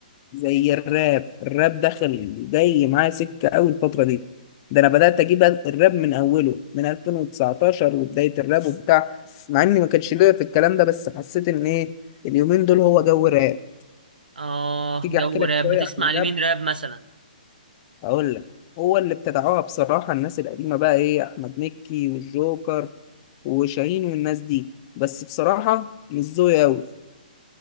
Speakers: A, on the left; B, on the right.
A: زي الراب الراب داخل جاي معايا سكه قوي الفتره دي ده انا بدات اجيب الراب من اوله من 2019 وبدايه الراب وبتاع مع اني ما كانش ليا في الكلام ده بس حسيت ان ايه اليومين دول هو جو راب
B: اه
A: تيجي
B: جو
A: احكي لك
B: راب
A: شويه
B: بتسمع
A: عن الراب
B: لمين راب مثلا
A: اقول لك هو اللي ابتدعوها بصراحه الناس القديمه بقى ايه احمد مكي والجوكر وشاهين والناس دي بس بصراحه مش ذوقي قوي